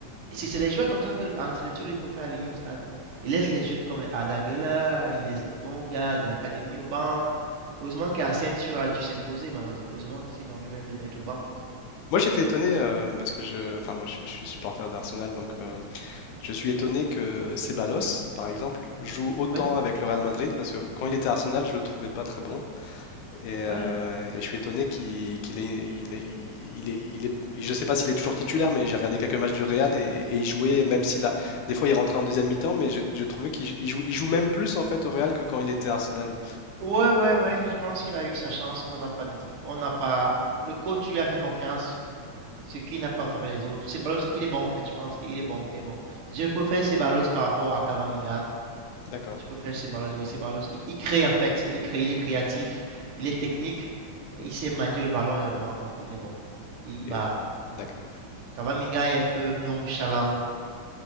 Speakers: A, on the right (about 60°); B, on the left (about 80°).
A: C'est des joueurs comme ça que Ancelotti, lui, peut faire aligner au stade. Il laisse les jeunes comme les Adagela, il laisse les bons gars de l'académie au banc. Heureusement qu'Asensio a dû s'imposer, malheureusement, sinon lui-même devait être banc.
B: Moi, j'étais étonné euh, parce que je... Enfin, moi, je, je suis supporter d'Arsenal, donc euh, je suis étonné que Ceballos, par exemple, joue autant
A: Oui,
B: avec le Real Madrid parce que quand il était à Arsenal, je le trouvais pas très bon. Et, euh,
A: ouais.
B: et je suis étonné qu'il qu'il est, il est, il est, il est- je sais pas s'il est toujours titulaire, mais j'ai regardé quelques matchs du Real et, et il jouait, même s'il a, des fois il rentrait en deuxième mi-temps, mais je- j'ai trouvé qu'il il joue, il joue même plus en fait au Real que quand il était à Arsenal.
A: Ouais, ouais, ouais, je pense qu'il a eu sa chance, qu'on n'a pas, de- on n'a pas, le coach lui a fait confiance, Ce qui n'a pas fait les autres. Ceballos, il est bon en fait. Je pense qu'il est bon. Il est bon. Je préfère Ceballos par rapport à Cavaminga.
B: D'accord.
A: Je préfère Ceballos. Oui, Ceballos. Il, il crée en fait. Il crée. Il est créatif. Il est technique. Il sait manier le ballon également. Donc, il est bon. Il bat.
B: Et
A: Il est bon.
B: d'accord,
A: Cavaminga est un peu nonchalant.